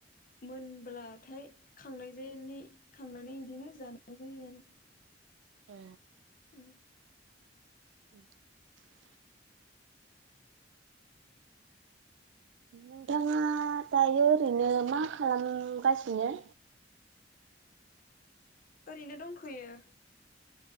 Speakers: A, on the left; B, on the right.
A: मोनब्लाथाय खांनाय जाय खांनानै बिदिनो जानाय जायो आरो।
B: औ।
A: उम,
B: <inaudible> नोंथाङा दायो ओरैनो मा खालामगासिनो?
A: ओरैनो दंथ'यो।